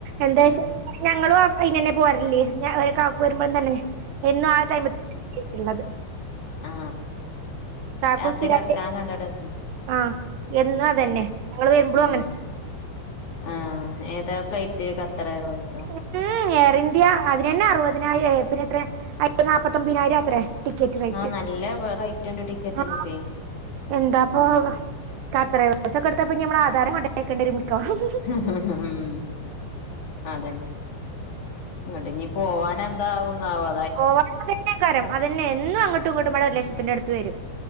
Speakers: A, on the right (about 75°); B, on the left (about 45°).
A: എന്താച്ച
B: ഉം
A: ഞങ്ങളും അപ് അയ്ലെന്നെ പോര്ല് ഞാ കാക്കു വെരുമ്പഴും തന്നെ എന്നും ആ ടൈമ് <unintelligible> ട്ടുള്ളത്
B: ആ
A: കാക്കു
B: രാത്രി
A: സ്ഥിരായിട്ട്
B: കെടക്കാൻ കണ്ടണ്ടെത്തും
A: ആ എന്നും അതന്നെ
B: ഉം
A: ഞങ്ങള് വരുമ്പോഴും
B: ഉം
A: അങ്ങനെ
B: ആ ഏതാ ഫ്ലൈറ്റ് കത്തറെർവെയ്സോ
A: ഉം എയർ ഇന്ത്യ അതിനെന്നെ അറുപതിനായിരായി പിന്നെത്രെ അയ്ന് നാപ്പത്തൊമ്പതിനായിരാത്രേ ടിക്കറ്റ് റേറ്റ്
B: ആഹ് നല്ല റേറ്റ് ഉണ്ട് ടിക്കറ്റിനിപ്പേ
A: ആ എന്താപ്പോ
B: ഉം
A: കത്തറെർവേയ്സൊക്കെ ട്ത്താ പ്പഞ്ഞി ഞമ്മളെ ആധാരം കൊണ്ടേക്കണ്ടി വെരും മിക്കവാറും
B: ആഹ്‌ ഉം അതന്നെ ഇങ്ങട്ട നീ പോവാന എന്താവന്നാവാ
A: പോവാ തന്നെ കരം അതന്നെ എന്നും അങ്ങോട്ടും ഇങ്ങോട്ടും മടെ ഒരു ലക്ഷത്തിന്റെ അടുത്ത് വരും